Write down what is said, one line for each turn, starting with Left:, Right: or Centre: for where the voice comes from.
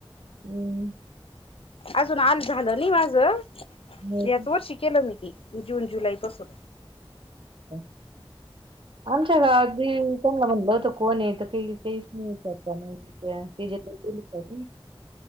Right: हम्म.
Left: अजून आल झालं नाही माझ,
Right: हो
Left: याच वर्षी केलं मी ती. जून जुलै पासून.
Right: ह <inaudible> आमच्या गावात बी त्यांना म्हणलं होत. कोण आहे तर ते काही काहीच नाही विचारत नाही. या त्याच्यात नाही का दुपारी.